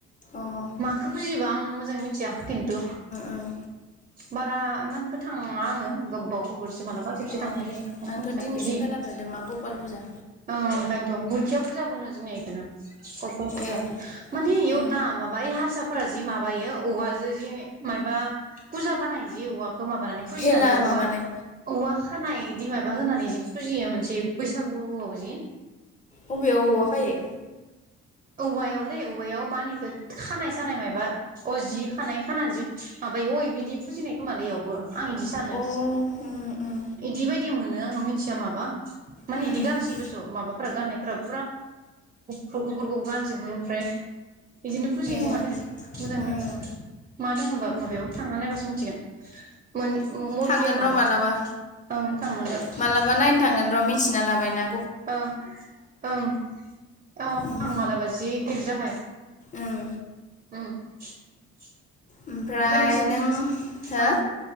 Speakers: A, on the left; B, on the right.
A: ओं
B: माखो फुजिबां उम मोजां मिथिया। किन्तु
A: ओं
B: बारा एमानबो थाङा आङो गोब्बाव गोब हरसे मालाबा खेबसे
A: अ
B: थांनाय जायो
A: आंथ'
B: <unintelligible> मिथिया
A: दिनैसो
B: इदि
A: खोनाफेरदों मा गपाल फुजा
B: ओ ओंखायनोथ' गुरखिया फुजाबो होनो जोंनिया इखोनो गपाल फुजा
A: ए
B: हो माने इयाव
A: उम
B: ना माबा इ हारसाफोरा जि माबायो औवाजो जि माइबा पुजा बानायो जि औवा खो माबानानै फुजिनानै
A: भेला
B: औवा
A: माबानाय
B: औवा खानाय इदि माबा होनानै जि फुजियो मोनसे बैसागुआव जि
A: बबेयाव औवा खायो?
B: औवायावलै औवायाव मा होनो इखो खानाय सानाय माबा अ जि खानाय खानानै जि माब बेयो अ बिदि फुजिनाय खोमालै इयावबो। आं इदि सानो
A: अ उम उम
B: इदि बायदिमोन नो आङो मिथिया माबा? मानो
A: उम
B: इदि गानसै दस' माबाफोरा गाननायफोराबो। फुरा गुफुर गुफ <unintelligible> बो गानजोबो ओमफ्राय। इदिनो फुजियो
A: ए
B: खोमालै मोजां मिथिआं
A: उम
B: मा दोङबा माबायाव थांना नायबासो मिथिगोन। मानि मुरथिया
A: थांगोन
B: माबा
A: र' मालाबा
B: ओं थांनांगोन।
A: मालाबा नायनो थांगोन र' मिथिना लाबाय ना।
B: ओं ओं औ थां
A: उम
B: मालाबा जि गिदिर जाखायो।
A: उम
B: उम ओमफाय
A: ओमफ्राय
B: नोंसिनि
A: नों हो
B: ओं